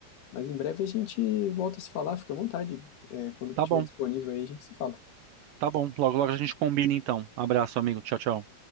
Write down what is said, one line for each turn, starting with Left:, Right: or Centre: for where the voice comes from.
Left: Mas em breve a gente volta a se falar, fica à vontade. É, quando
Right: tá
Left: tiver
Right: bom,
Left: disponível aí, a gente se fala.
Right: tá bom. Logo, logo a gente combina então. Abraço, amigo. Tchau, tchau.